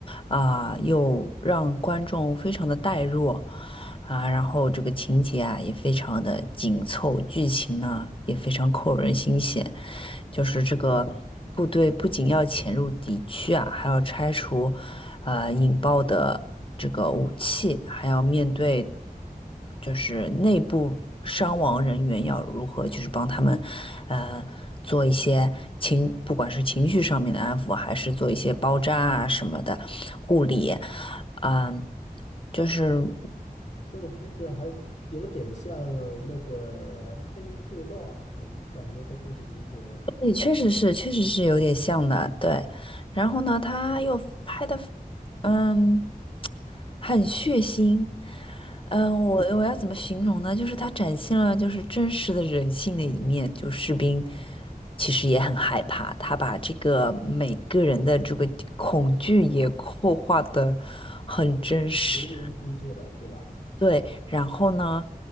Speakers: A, on the left; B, on the left.
A: 啊、又让观众非常的带入啊，然后这个情节啊也非常的紧凑，剧情呢也非常扣人心弦，就是这个部队不仅要潜入敌区啊，
B: 嗯，
A: 还要拆除呃引爆的。这个武器，还要面对就是内部伤亡人员要如何，就是帮他们呃做一些情，不管是情绪上面的安抚，还是做一些包扎啊什么的护理，嗯、就是。
B: 这部片子还是有点像那个《黑鹰坠落》，我感觉的故事情节
A: 也确实是，确实是有点像的，对。然后呢，他又拍的，嗯，很血腥，嗯，我我要怎么形容呢？就是他展现了就是真实的人性的一面，就士兵其实也很害怕，他把这个每个人的这个恐惧也 <laughs> 刻画的很真实。
B: 淋漓尽致了，对吧？
A: 对，然后呢，